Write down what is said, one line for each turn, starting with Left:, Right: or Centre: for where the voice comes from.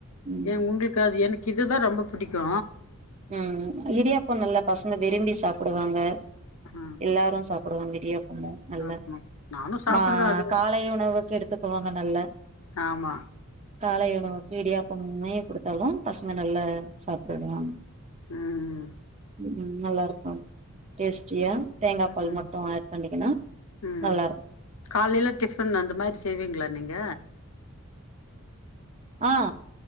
Right: ம்
Left: எ உங்களுக்கு அது என்க்கு இதுதா ரொம்ப பிடிக் கு
Right: உம் இரியாப்போ நல்லா பசங்க விரும்பி சாப் போடுவாங்க
Left: ஆ
Right: எல்லாரு சாப் குடுங்க இடியா நல்ல
Left: ஆமா நானு சாப்பிடுவே
Right: மா
Left: அது
Right: காலை உணவுக்கு எடுத் கத்துக்குவாங்க நல்ல
Left: ஆமா
Right: காலை உணவு இடியாப்பமுமே குடுத்தாலு பசங்க நல்ல சாப்பிடுவாங்க
Left: ம்
Right: ம் நல்லாருக்கு டேஸ்ட்டியா தேங்காபால்
Left: ம்
Right: மட்டு ஆட் பண்ணிக்கனு
Left: ம்
Right: நல்லாருக்கு
Left: காலைல டிஃபன் அந்த மாரி செய்விங்ளா நீங்க
Right: ஆ